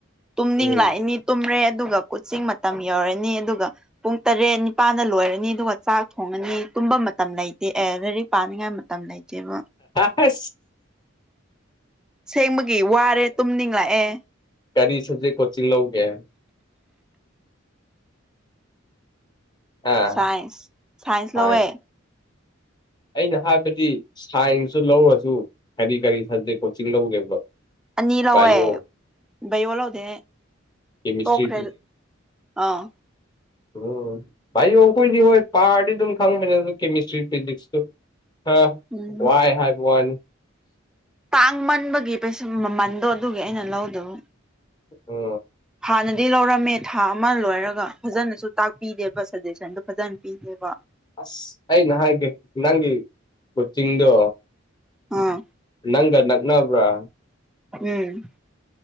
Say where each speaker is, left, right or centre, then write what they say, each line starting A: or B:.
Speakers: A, in the centre; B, on the left (about 20°).
A: ꯇꯨꯝꯅꯤꯡ
B: ꯎꯝ
A: ꯂꯥꯛꯏꯅꯤ ꯇꯨꯝꯔꯦ ꯑꯗꯨꯒ ꯀꯨꯠꯁꯤꯡ ꯃꯇꯝ ꯌꯧꯔꯅꯤ ꯑꯗꯨꯒ ꯄꯨꯡ ꯇꯔꯦꯠ ꯅꯤꯄꯥꯜꯗ ꯂꯣꯏꯔꯅꯤ ꯑꯗꯨꯒ ꯆꯥꯛ ꯊꯣꯡꯉꯅꯤ ꯇꯨꯝꯕ ꯃꯇꯝ ꯂꯩ ꯑꯦ ꯂꯥꯏꯔꯤꯛ ꯄꯥꯅꯤꯡꯉꯥꯏ ꯃꯇꯝ ꯂꯩꯇꯦꯕ
B: ꯍꯁ
A: ꯁꯦꯡꯕꯒꯤ ꯋꯥꯔꯦ ꯇꯨꯝꯅꯤꯡꯂꯛꯑꯦ
B: ꯀꯔꯤ ꯁꯕꯖꯦꯛ ꯀꯣꯆꯤꯡ ꯂꯧꯒꯦ ꯑꯥ
A: ꯁꯥꯏꯟꯁ ꯁꯥꯏꯟꯁ
B: ꯁꯥꯏꯟ
A: ꯂꯧꯋꯦ
B: ꯑꯩꯅ ꯍꯥꯏꯕꯗꯤ ꯁꯥꯏꯟꯁꯇ ꯂꯧꯔꯁꯨ ꯀꯔꯤ ꯀꯔꯤ ꯁꯕꯖꯦꯛ ꯀꯣꯆꯤꯡ ꯂꯧꯒꯦꯕ
A: ꯑꯅꯤ ꯂꯧꯋꯦ
B: ꯕꯥꯏꯑꯣ
A: ꯕꯌꯣ ꯂꯧꯗꯦ
B: ꯀꯦꯃꯤꯁꯇ꯭ꯔꯤ
A: ꯇꯣꯛꯈ꯭ꯔꯦ ꯑꯥ
B: ꯎ ꯚꯥꯏꯌꯣ ꯑꯩꯈꯣꯏꯗꯤ ꯍꯣꯏ ꯄꯥꯔꯗꯤ ꯑꯗꯨꯝ ꯈꯪꯉꯁꯨ ꯀꯦꯃꯤꯁꯇ꯭ꯔꯤ ꯐꯤꯖꯤꯛꯁꯇꯨ ꯑ
A: ꯎꯝ
B: ꯋꯥꯏ ꯍꯥꯏꯕꯅꯤ
A: ꯇꯥꯡ ꯃꯟꯕꯒꯤ ꯄꯩꯁ ꯃꯃꯟꯗꯣ ꯑꯗꯨꯒꯤ ꯑꯩꯅ ꯂꯧꯗꯕ
B: ꯑ
A: ꯍꯥꯟꯅꯗꯤ ꯂꯧꯔꯝꯃꯦ ꯊꯥ ꯑꯃ ꯂꯣꯏꯔꯒ ꯐꯖꯅꯁꯨ ꯇꯥꯛꯄꯤꯗꯦꯕ ꯁꯖꯦꯁꯟꯗ ꯐꯖꯅ ꯄꯤꯗꯦꯕ
B: ꯑꯁ ꯑꯩ ꯅ ꯍꯥꯏꯒꯦ ꯅꯪꯒꯤ ꯀꯣꯆꯤꯡꯗꯣ
A: ꯑꯥ
B: ꯅꯪ ꯅꯛꯅꯕ꯭ꯔꯥ
A: ꯎꯝ